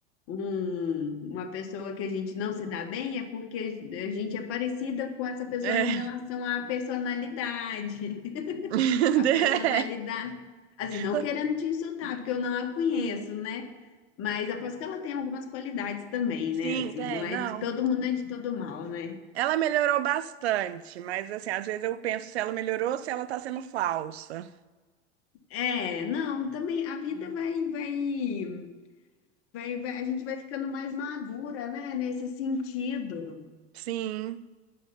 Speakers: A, on the left; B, on the right.
A: um- uma pessoa que a gente não se dá bem é porque a gente é parecida com essa pessoa
B: É.
A: em relação à personalidade. <laughs>
B: <laughs>
A: A personalidade, assim, não
B: É.
A: querendo te insultar, porque eu não a conheço,
B: Sim,
A: né? Mas aposto que ela tem algumas qualidades também,
B: sim,
A: né? Assim,
B: tem,
A: não é
B: não.
A: de todo mundo, não é de todo mal, né?
B: Ela melhorou bastante, mas assim, às vezes eu penso se ela melhorou ou se ela tá sendo falsa.
A: É, não, também a vida vai, vai, vai, vai- a gente vai ficando mais madura, né? Nesse sentido.
B: Sim,